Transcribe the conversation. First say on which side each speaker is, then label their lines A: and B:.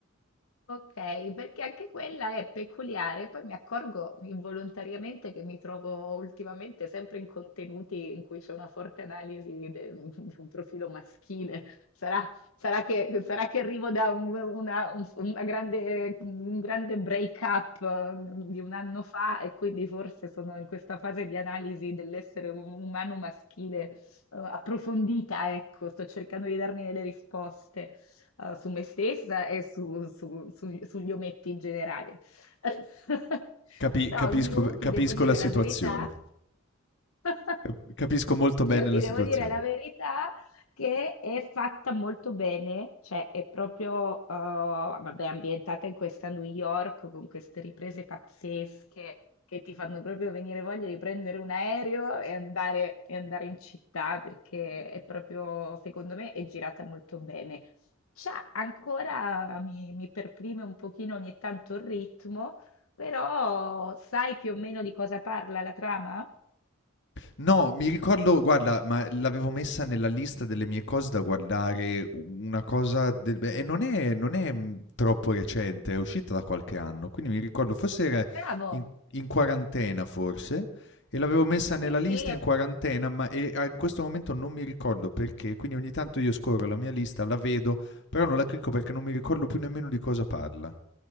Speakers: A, on the left (about 85°); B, on the left (about 60°).
A: Ok, perché anche quella è peculiare. Poi mi accorgo involontariamente che mi trovo ultimamente sempre in contenuti in cui c'è una forte analisi del- <laughs> di un profilo maschile. Sarà, sarà che, sarà che arrivo da un, una- un- una grande, un grande break-up eh, di un anno fa e quindi forse sono in questa fase di analisi dell'essere um- umano maschile, eh, approfondita, ecco, sto cercando di darmi delle risposte eh, su me stessa e su- su- su- sugli ometti in generale. <laughs>
B: Capi-
A: Però
B: capisco,
A: io ti
B: capisco
A: devo dire
B: la situazione.
A: la verità. <laughs>
B: Cap- Capisco molto bene
A: Io ti
B: la situazione.
A: devo dire la verità che è fatta molto bene, cioè è proprio, eh, vabbè, ambientata in questa New York con queste riprese pazzesche che ti fanno proprio venire voglia di prendere un aereo e andare, e andare in città perché è proprio, secondo me, è girata molto bene. Cioè, ancora mi, mi perprime un pochino ogni tanto il ritmo, però sai più o meno di cosa parla la trama?
B: No, mi ricordo, guarda, ma l'avevo messa nella lista delle mie cose da guardare, una cosa del e non è non è, mhmm, troppo recente, è uscita da qualche anno, quindi mi ricordo forse era
A: Bravo,
B: in in quarantena forse, e l'avevo messa nella
A: Sì, sì,
B: lista in quarantena, ma e a questo momento non mi ricordo perché, quindi ogni tanto io scorro la mia lista, la vedo, però non la clicco perché non mi ricordo più nemmeno di cosa parla.